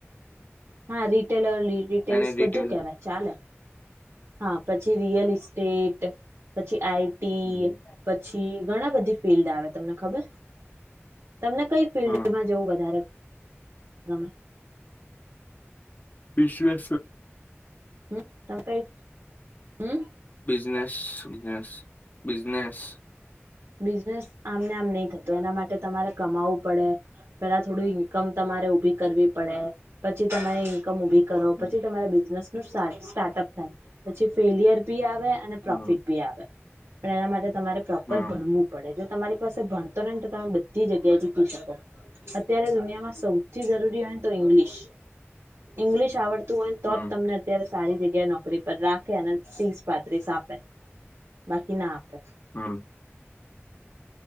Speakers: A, on the right; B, on the left.
A: હા રી રટે
B: એને રિટેલ
A: બધું કેવાય ચાલે હા પછી રયલ સ્ટેટ સચી આઈ
B: હમ
A: પછી ઘણા બધી ફિલ્ડ આવે તમને ખબર તમને કઈ ફિલ્ડમાં
B: હમ
A: જવું વધારે એમે
B: બશસય
A: હમ તણ કઈ હમ
B: બિઝનેસ બિઝનેસ બિઝનેસ
A: બિઝનેસ આમને આમ નહી થતો એના માટે તમારે કમાવવું પડે પેલા થોડું ઈન્કમ તમારે ઉભી કરવી પડે પછી તમારે ઇન્કમ ઉભી કરો
B: હમ
A: પછી તમારા બિઝનેસ સ્ટાર્ટઅપ થાય પછી ફેલિયર બી આવે આવે અને
B: હમ
A: પ્રોફિટ ભી આવે પણ એના માટે તમારે ભણવું
B: હમ
A: પડે જો તમારી પાસે ભણતર હોય ને તો તમે બધી જગ્યાએ જીતી શકો અત્યારે દુનિયામાં સૌથી જરૂરી હોય ને તો ઇંગ્લિશ ઇંગ્લિશ આવડ હોય
B: હમ
A: તો જ તમને અત્યારે સારી જગ્યાએ નોકરી પર રાખે અને ત્રીસ પાત્રીસ આપે બાકી ના આપે
B: હમ